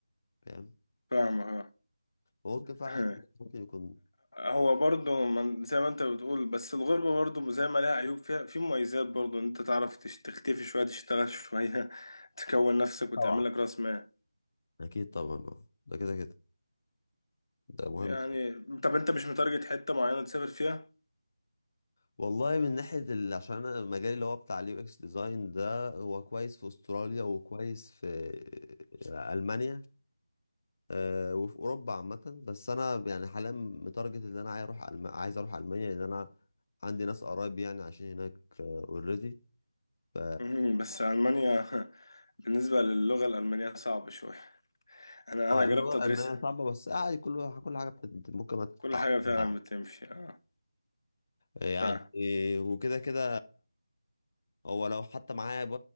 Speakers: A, on the left; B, on the left.
A: فاهم
B: فاهمة
A: ممكن فعلا
B: <laughs> ها.
A: <laughs> ممكن يكون
B: هو برضه من- زي ما انت بتقول بس الغربة برضه زي ما لها عيوب فيها في مميزات برضه ان انت تعرف تش- تختفي شوية تشتغل شوية <laughs> تكون نفسك وتعمل
A: طبعا
B: لك راس مال
A: اكيد طبعا اه ده كده كده ده مهم
B: يعني طب انت مش متارجت حتة معينة تسافر فيها؟
A: والله من ناحية ال... عشان انا مجالي اللي هو بتاع اليو اكس ديزاين ده هو كويس في استراليا وكويس في المانيا آه، وفي اوروبا عامة بس انا يعني حاليا متارجت ان انا عايز اروح ألم... عايز اروح المانيا لان انا عندي ناس قرايب يعني عايشين هناك اوريدي ف
B: مم، بس ألمانيا <laughs> بالنسبة للغة الألمانية صعبة شوية أنا
A: اللي
B: أنا جربت
A: هو
B: أدرسها
A: أمانة صعبة بس عادي كل كل حاجة بت- ممكن ما تتعلمها
B: كل حاجة فعلا بتمشي اه
A: يعني
B: فعلا
A: وكده كده هو لو حتى معايا ب-